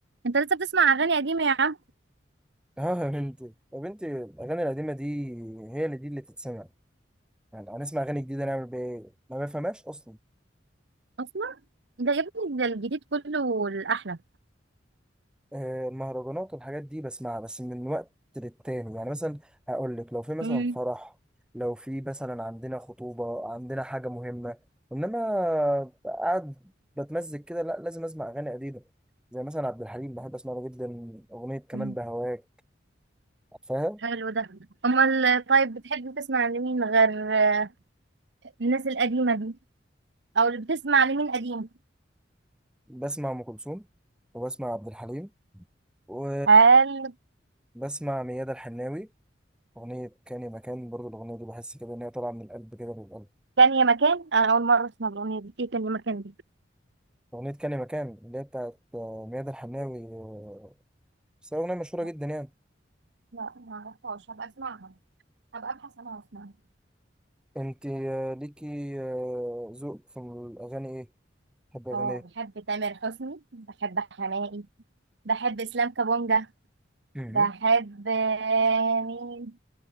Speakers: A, on the right; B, in the centre.
A: انت لسه بتسمع اغاني قديمه يا عم
B: اه يا بنتي يا بنتي الاغاني القديمه دي هي اللي دي اللي تتسمع يعني هنسمع اغاني جديده نعمل بيها ايه ما بفهمهاش اصلا
A: اصلا ده يا ابني ده الجديد كله الاحلى
B: آه، المهرجانات والحاجات دي بسمعها بس من وقت للتاني يعني مثلا هقول لك لو في مثلا
A: امم
B: فرح لو في مثلا عندنا خطوبه عندنا حاجه مهمه انما قاعد بتمزج كده لا لازم اسمع اغاني قديمه زي مثلا عبد الحليم بحب اسمع له جدا اغنيه كمان
A: أمم،
B: بهواك عارفاها
A: حلو ده امال طيب بتحب تسمع لمين غير آه، الناس القديمه دي او اللي بتسمع لمين قديم
B: بسمع ام كلثوم وبسمع عبد الحليم و
A: هل
B: بسمع ميادة الحناوي أغنية كاني مكان برضو الأغنية دي بحس كده إن هي طالعة من القلب كده للقلب
A: كان يا مكان انا اول مره اسمع الاغنيه دي ايه كان يا مكان دي
B: أغنية كاني مكان اللي هي بتاعت آه، ميادة الحناوي آه، بس هي أغنية مشهورة
A: لا
B: جدا يعني
A: لا ما اعرفهاش هبقى اسمعها هبقى ابحث عنها واسمعها
B: أنت آه، ليكي آه، ذوق في الأغاني إيه؟ تحب أغاني
A: اه
B: إيه؟
A: بحب تامر حسني بحب حماقي بحب اسلام كابونجا
B: مهم.
A: بحب آه، مين